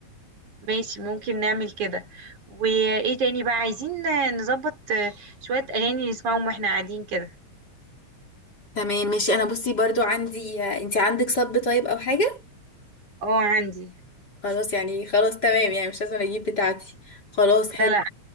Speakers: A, on the right; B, on the left.
A: ماشي ممكن نعمل كده وإيه تاني بقى عايزين آه، نظبط آه، شوية أغاني نسمعهم وإحنا قاعدين كده
B: تمام ماشي أنا بصي برضو عندي انت عندك صب طيب أو حاجة
A: اه عندي
B: خلاص يعني خلاص تمام يعني مش لازم اجيب بتاعتي خلاص حلو
A: لا لا